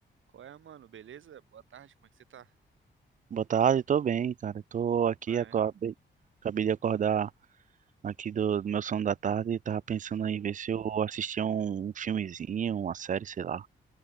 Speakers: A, on the right (about 85°); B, on the right (about 40°).
A: Qual é, mano? Beleza? Boa tarde, como é que você tá?
B: Boa tarde, tô bem, cara. Tô aqui,
A: Vai.
B: acabei, acabei de acordar aqui do, do meu sono da tarde e tava pensando em
A: Ô,
B: ver se eu assistia um, um filmezinho, uma série, sei lá.